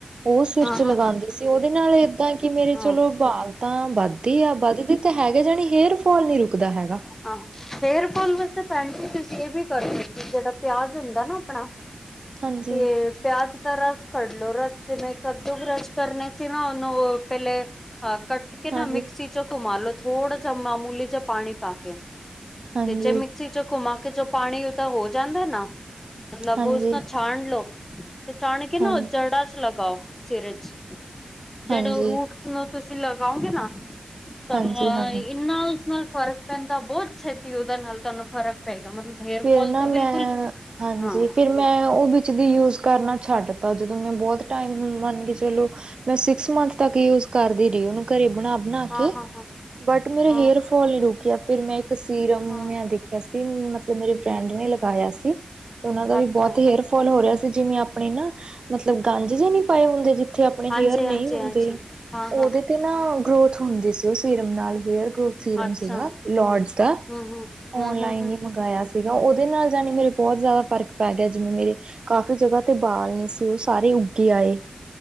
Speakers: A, on the right; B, on the left.
A: ਓ ਸਿਰ ਚ
B: ਹਾਂ ਹਾਂ
A: ਲਗਾਂਦੇ ਸੀ, ਓਦੇ ਨਾਲ ਏਦਾਂ ਕੀ ਮੇਰੇ
B: ਹਾਂ
A: ਚਲੋ ਬਾਲ। ਤਾਂ ਵੱਧਦੇ ਆ ਵੱਧਦੇ ਤਾਂ ਹੈਗੇ ਜਾਣੀ ਹੇਅਰ ਫੋਲ ਨੀ ਰੁਕਦਾ ਹੈਗਾ।
B: ਹਾਂ ਹੇਅਰ ਫੋਲ, ਵੈਸੇ ਤਾਂ ਪੈਣ ਤੁਸੀਂ ਏ ਵੀ ਕਰਦੇ ਜੇੜਾ ਪਿਆਜ ਹੁੰਦਾ ਨਾ ਆਪਣਾ।
A: ਹਾਂਜੀ
B: ਤੇ ਪਿਆਜ। ਤਾਂ ਰਸ ਕੱਢ ਲੋ, ਰਸ ਜਿਵੇਂ ਕੱਦੋ ਕਰਸ਼ ਕਰਨੇ ਸੀ, ਨਾ ਓਨੂੰ ਪੈਲੇ ਕੱਟ। ਕਟ ਕੇ ਨਾ
A: ਹਾਂਜੀ
B: ਮਿਕਸੀ ਚੋਂ ਘੁਮਾ ਲੋ ਥੋੜਾ ਜਾ ਮਾਮੂਲੀ ਜਾ ਪਾਣੀ ਪਾ ਕੇ।
A: ਹਾਂਜੀ
B: ਤੇ ਜੇ ਮਿਕਸੀ ਚੋਂ ਘੁੰਮਾ ਕੇ ਜੋ ਪਾਣੀ ਉਦਾ ਹੋ ਜਾਂਦੈ ਨਾ। ਮਤਲਬ
A: ਹਾਂਜੀ
B: ਉਸਨੂੰ ਛਾਨ ਲੋ ਤੇ ਛਾਣ ਕੇ ਨਾ
A: ਹਾਂਜੀ
B: ਓ ਜੜਾ ਚ ਲਗਾਓ ਸਿਰ ਚ। ਜੇੜ੍ਹੇ
A: ਹਾਂਜੀ,
B: ਓ ਰੂਟਸ ਨੂੰ ਤੁਸੀਂ ਲਗਾਓਗੇ ਨਾ ਤਾਂ
A: ਹਾਂਜੀ ਹਾਂ
B: ਇੰਨਾ। ਨਾਲ ਫ਼ਰਕ ਪੈਂਦਾ, ਬੋਤ ਛੇਤੀ ਓਦਾ ਨਾਲ ਤੁਹਾਨੂੰ ਫ਼ਰਕ ਪਏਗਾ ਮਤਲਬ। ਹੇਅਰ
A: ਫੇਰ
B: ਫੋਲ
A: ਨਾ
B: ਤਾਂ
A: ਮੈਂ
B: ਬਿਲਕੁਲ
A: ਹਾਂਜੀ
B: ਹਾਂ
A: ਫੇਰ। ਮੈਂ ਓ ਵਿੱਚ ਦੀ ਯੂਜ ਕਰਨਾ ਛੱਡ ਤਾ, ਜਦੋਂ ਮੈਂ ਬੋਤ ਟਾਈਮ ਮੰਨ ਕੇ ਚਲੋ। ਮੈਂ ਸਿਕਸ ਮੰਥ ਤੱਕ ਯੂਜ ਕਰਦੀ ਰਈ ਓਨੂੰ ਘਰੇ ਬਣਾ-ਬਣਾ
B: ਹਾਂ
A: ਕੇ,
B: ਹਾਂ ਹਾਂ
A: ਬਟ ਮੇਰੇ
B: ਹਾਂ
A: ਹੇਅਰ। ਫੋਲ ਨੀ ਰੁਕਿਆ ਫਿਰ ਮੈਂ ਇੱਕ ਸੀਰਮ।
B: ਹਾਂ।
A: ਮੈਂ ਦੇਖਿਆ ਸੀ, ਮਤਲਬ ਮੇਰੇ ਫਰੈਂਡ ਨੇ ਲਗਾਇਆ ਸੀ। ਓਨਾਂ ਦਾ ਵੀ
B: ਅੱਛਾ
A: ਬੋਤ ਹੇਅਰ ਫੋਲ ਹੋ ਰਿਆ ਸੀ ਜਿਵੇਂ ਆਪਣੇ ਨਾ ਮਤਲਬ ਗੰਜ ਜੇ ਨੀ ਪਾਏ ਹੁੰਦੇ, ਜਿੱਥੇ ਆਪਣੇ
B: ਹਾਂਜੀ
A: ਹੇਅਰ ਨਈ
B: ਹਾਂਜੀ
A: ਹੁੰਦੇ।
B: ਹਾਂਜੀ ਹਾਂ
A: ਓਦੇ
B: ਹਾਂ
A: ਤੇ ਨਾ ਗਰੋਥ ਹੁੰਦੀ ਸੀ, ਓ ਸੀਰਮ ਨਾਲ ਹੇਅਰ ਗਰੋਥ। ਸੀਰਮ
B: ਅੱਛਾ
A: ਸੀਗਾ ਲੌਡਜ ਦਾ
B: ਹੂੰ ਹੂੰ ਹੂੰ
A: ਔਨਲਾਈਨ
B: ਹੂੰ ਹੂੰ
A: ਈ ਮੰ ਗਾਇਆ ਸੀਗਾ ਓਦੇ ਨਾਲ ਜਾਣੀ ਮੇਰੇ ਬੋਤ ਜਾਦਾ ਫ਼ਰਕ ਪੈ ਗਿਆ ਜਿਵੇਂ ਮੇਰੇ ਕਾਫ਼ੀ ਜਗ੍ਹਾ ਤੇ ਬਾਲ ਨੀ ਸੀ ਓ ਸਾਰੇ ਉੱਗੇ ਆਏ।